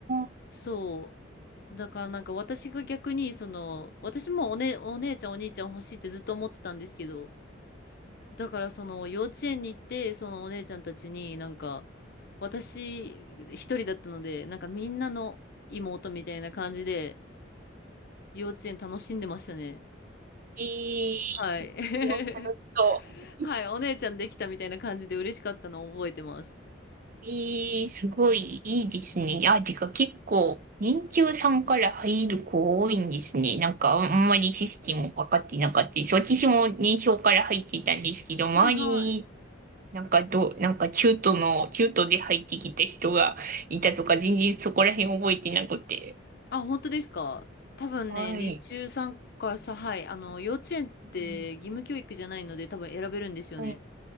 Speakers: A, on the right; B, on the left.
A: あ、
B: そう。だからなんか私が逆にその、私もお、ね、お姉ちゃんお兄ちゃん欲しいってずっと思ってたんですけど、だからその幼稚園に行ってそのお姉ちゃんたちになんか私一人だったので、なんかみんなの妹みたいな感じで幼稚園楽しんでましたね。
A: えー、
B: はい。<laughs>
A: それは楽しそう。
B: はい、お姉ちゃんできたみたいな感じで嬉しかったのを覚えてます。
A: ええ、すごいいいですね。あ、てか結構、年中さんから入る子多いんですね。なんかあんまりシステム分かってなかったです。私も年少から入っていたんですけど、
B: はいはい。
A: 周りになんかどう、なんか中途の、中途で入ってきた人がいたとか、全然そこら辺覚えてなくて。
B: あ、本当ですか多分ね、
A: はい。
B: 年中さんからさ、はい、あの、幼稚園って義務教育じゃないので多分選べるんですよね。
A: うんはい。